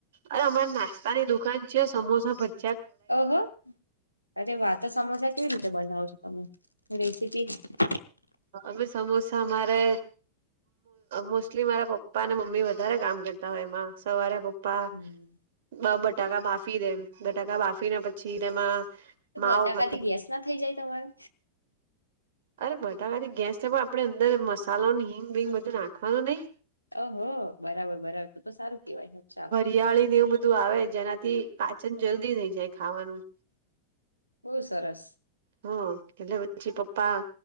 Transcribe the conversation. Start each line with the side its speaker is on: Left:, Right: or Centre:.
Right: અરે અમારે નાસ્તાની દુકાન છે સમોસા બધી
Left: <unintelligible>
Right: અમે સમોસા મારે મોસ્ટલી મારા પપ્પા અને મમ્મી વધારે કામ કરતા હોય એમાં સવારે્પા પ્પા
Left: હમ
Right: બટાકા બાફી દે બટાકા બાફીને પછી તેમાં
Left: તો
Right: માવો
Left: બટાકાથી
Right: કરે.
Left: ગેસ ના થઈ જાય તમારે
Right: અરે બધાથી ગેસને પણ આપડે અંદર મસાલો નનું હિંગ ભીંગ બધું નાખવાનું નહી
Left: અહ બરાબર બરાબર તો તો સારું કેવાય ચાલો
Right: દિવાળી ને એવું બધું બધું આવે જેનાથી પાચન જલ્દી થઈ જાય ખાવાનું
Left: બહુ સરસ
Right: હમ એટલે હછ પપ્પા